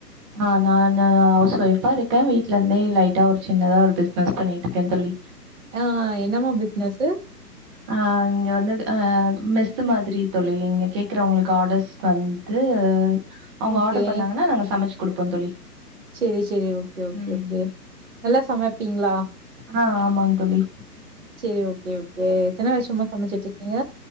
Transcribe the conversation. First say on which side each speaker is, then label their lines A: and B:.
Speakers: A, on the right (about 15°); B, on the right (about 45°).
A: ஆ நானு ஹவுஸ் ஒய்ஃப்பா இருக்க வீட்ல இருந்தே லைட்டா ஒரு சின்னதா ஒரு பிசினஸ் பண்ணிட்டு இருக்க தோழி
B: ஆ என்னமா ஃபிஸ்னஸு
A: ஆ இங்க வந்து ஆ மெஸ்ஸு மாதிரி தோழி இங்க கேக்கறவங்களுக்கு ஆர்டர்ஸ் வந்து அவங்க
B: ஓகே
A: ஆர்டர் பண்ணாங்கன்னா நாங்க சமைச்சு குடுப்போ தோழி
B: செரி செரி ஓகே ஓகே
A: ம்.
B: ஓகே நல்லா சமைப்பீங்களா
A: ஆ ஆமாங் தோழி
B: செரி ஓகே ஓகே எத்தன வருஷமா சமச்சுட்ருக்கீங்க